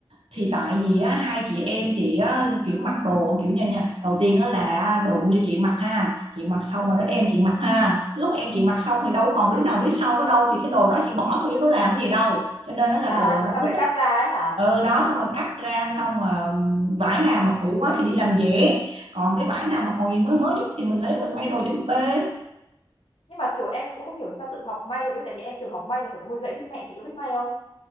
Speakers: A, on the right; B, on the left.
A: thì tại vì á, hai chị em chị á, kiểu mặc đồ kiểu như nha đầu tiên á, là đồ mua cho chị mặc ha chị mặc xong rồi đến em chị mặc ha lúc em chị mặc xong thì đâu còn đứa nào biết sau ở đâu thì cái đồ đó chị bỏ thôi chứ có làm gì đâu cho nên nó là
B: À
A: đồ nó
B: sao
A: cứ
B: phải
A: tích
B: cắt ra ấy hả?
A: ừ đó xong rồi cắt ra xong rồi vải nào mà cũ quá thì đi làm dễ còn cái vải nào mà còn gì mới mới chút thì mình lấy mình may đồ cho búp bê
B: nhưng mà kiểu em cũng không hiểu sao tự học may được ấy tại vì em tự học may là phải có người dạy chứ mẹ chị có biết may không